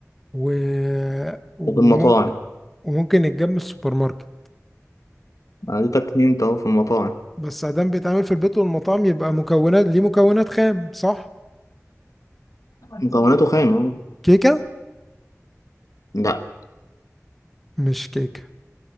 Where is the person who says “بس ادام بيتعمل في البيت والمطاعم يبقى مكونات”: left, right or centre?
Centre